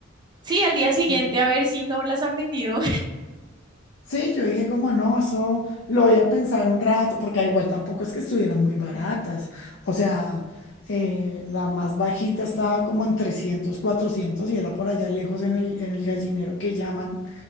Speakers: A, on the right; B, on the left.
A: sí, al día siguiente
B: Se me-
A: a ver si no las han vendido.
B: Sí, yo dije como no, eso lo voy a pensar un rato, porque ah, igual tampoco es que estuvieran muy baratas. O sea, eh, la más bajita estaba como en 300, 400 y era por allá lejos en el, en el gallinero que llaman